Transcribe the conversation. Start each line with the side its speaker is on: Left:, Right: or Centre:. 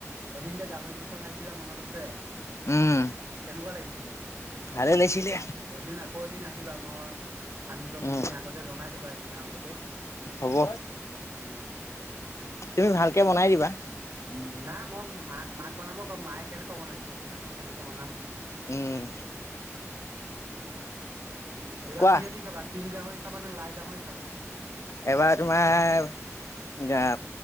Right: এদিন যে গাহৰি মাংস খাইছিলা মনত আছে।
Left: উম
Right: কেনেকুৱা লাগিছ চিলে।
Left: ভালে ওলাইছিলে
Right: এদিন আকৌ এদিন আহিবা, মই আনি থম
Left: উম
Right: তুমি আগতে জনাই থ'বা এদিনৰ আগতে।
Left: হ'ব।
Right: উম
Left: তুমি ভালকে বনাই দিবা।
Right: উম, নাই, মই মাক-মাক বনাব কম, মায়ে কেনেকুৱা বনাইছিলে সেইদিনাখন সেনেকৈ বনাম।
Left: উম।
Right: এইবাৰ
Left: কোৱা
Right: কিহেদি খাবা, তিল গাহৰি খাবা নে লাই গাহৰি খাবা।
Left: এবাৰ তোমাৰ, গা